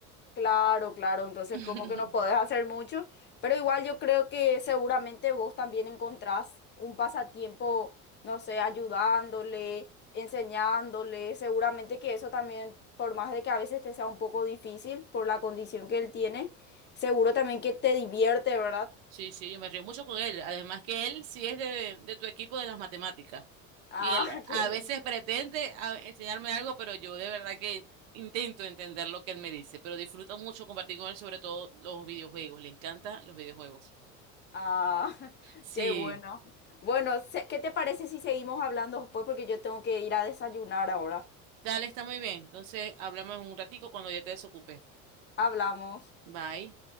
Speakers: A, on the left; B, on the right.
A: Claro, claro, entonces
B: <laughs>
A: como que no podés hacer mucho, pero igual yo creo que seguramente vos también encontrás un pasatiempo, no sé, ayudándole, enseñándole, seguramente que eso también, por más de que a veces te sea un poco difícil por la condición que él tiene, seguro también que te divierte, ¿verdad?
B: Sí, sí, yo me río mucho con él. Además que él sí es de, de tu equipo de las matemáticas.
A: Ah,
B: Y él
A: <laughs> qué
B: a
A: bueno.
B: veces pretende a- enseñarme algo, pero yo de verdad que intento entender lo que él me dice, pero disfruto mucho compartir con él, sobre todo los videojuegos. Le encantan los videojuegos.
A: Ah, <laughs>
B: Sí,
A: qué bueno. Bueno, se- ¿qué te parece si seguimos hablando después? Porque yo tengo que ir a desayunar ahora.
B: dale, está muy bien. Entonces, hablamos en un ratico cuando ya te desocupes.
A: Hablamos.
B: Bye.